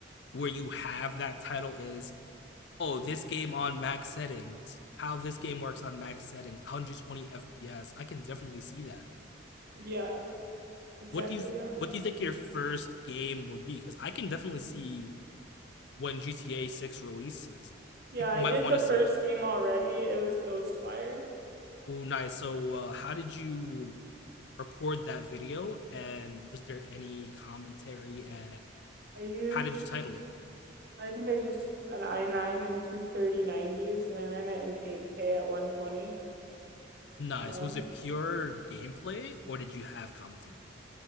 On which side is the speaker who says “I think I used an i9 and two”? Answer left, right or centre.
Right